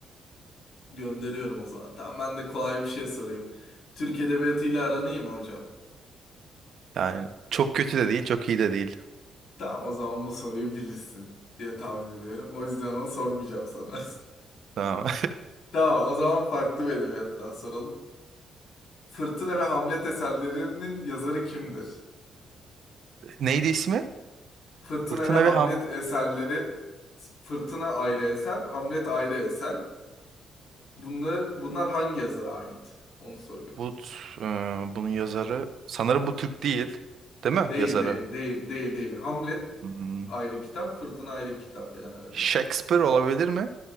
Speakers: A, on the left; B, on the right.
A: Gönderiyorum o zaman. Tamam ben de kolay bir şey sorayım. Türk edebiyatıyla aran iyi mi hocam?
B: Yani çok kötü de değil, çok iyi de değil.
A: Tamam o zaman bu soruyu bilirsin diye tahmin ediyorum. O yüzden onu sormayacağım sana.
B: Tamam.
A: <laughs> Tamam o zaman farklı bir edebiyattan soralım. Fırtına ve Hamlet eserlerinin yazarı kimdir?
B: <laughs> Neydi ismi?
A: Fırtına
B: Fırtına
A: ve Hamlet
B: ve Ham.
A: eserleri Fırtına ayrı eser, Hamlet ayrı eser. Bunlar, bunlar hangi yazara ait? Onu soruyorum.
B: Bu, t- e, bunun yazarı. Sanırım bu Türk değil. Değil mi
A: Değil,
B: yazarı?
A: değil, değil, değil, değil. Hamlet
B: Hmm.
A: ayrı kitap, Fırtına ayrı kitap yani öyle
B: Shakespeare
A: düşün.
B: olabilir mi?